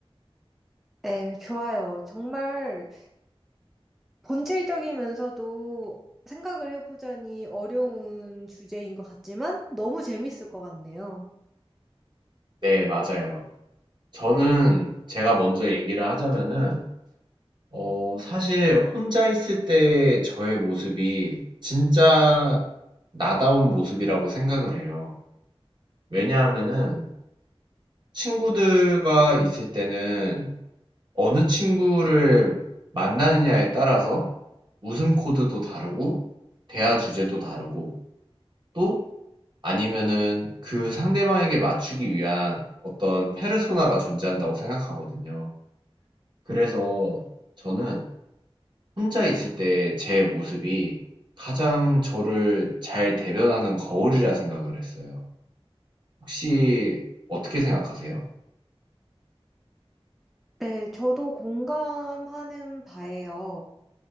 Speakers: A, in the centre; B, on the right.
A: 네, 좋아요. 정말 본질적이면서도 생각을 해보자니 어려운 주제인 것 같지만 너무 재밌을 것 같네요.
B: 네, 맞아요. 저는 제가 먼저 얘기를 하자면은 어, 사실 혼자 있을 때 저의 모습이 진짜 나다운 모습이라고 생각을 해요. 왜냐하면은 친구들과 있을 때는 어느 친구를 만나느냐에 따라서 웃음 코드도 다르고, 대화 주제도 다르고, 또 아니면은 그 상대방에게 맞추기 위한 어떤 페르소나가 존재한다고 생각하거든요. 그래서 저는 혼자 있을 때 제 모습이 가장 저를 잘 대변하는 거울이라 생각을 했어요. 혹시 어떻게 생각하세요?
A: 네, 저도 공감하는 바예요.